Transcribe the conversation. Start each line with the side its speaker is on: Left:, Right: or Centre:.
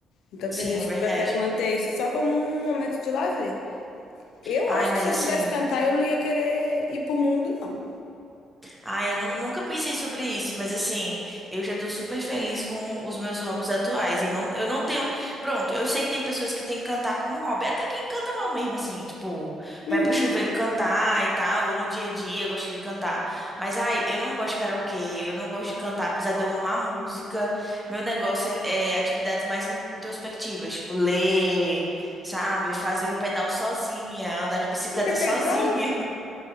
Left: Então
Centre: Sim,
Left: tem gente
Centre: é verdade.
Left: que prefere manter isso só como um momento de lazer. Eu
Centre: Ai,
Left: acho
Centre: mas
Left: que se eu
Centre: assim.
Left: soubesse cantar, eu não ia querer ir pro mundo, não.
Centre: Ah, eu nu- nunca pensei sobre isso, mas assim, eu já tô super feliz com os meus hobbies atuais. Eu não, eu não tenho. Pronto, eu sei que tem pessoas que têm que cantar como hobby, até quem canta mal mesmo, assim, tipo,
Left: Uhum.
Centre: vai pro chuveiro cantar e tal, ou no dia a dia gosta de cantar. Mas, ai, eu não gosto de karaokê, eu não gosto de cantar, apesar de eu amar música. Meu negócio é, é atividades mais in- introspectivas, tipo, ler, sabe? Fazer um pedal sozinha, andar de bicicleta
Left: Ai, que até
Centre: sozinha.
Left: dá
Centre: <laughs>